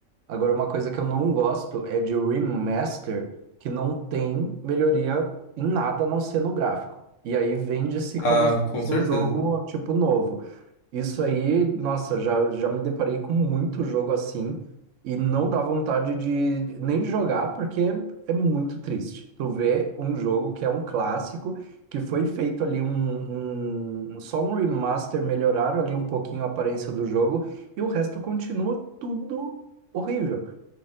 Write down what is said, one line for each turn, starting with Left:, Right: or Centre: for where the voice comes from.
Right: Agora, uma coisa que eu não gosto é de remaster que não tem melhoria em nada a não ser no gráfico. E aí vende-se como
Left: Ah,
Right: se
Left: com
Right: fosse
Left: certeza.
Right: um jogo tipo novo. Isso aí, nossa, já, já me deparei com muito jogo assim e não dá vontade de nem de jogar porque é muito triste. Tu vê um jogo que é um clássico, que foi feito ali um, um- um, só um remaster, melhoraram ali um pouquinho a aparência do jogo e o resto continua tudo horrível.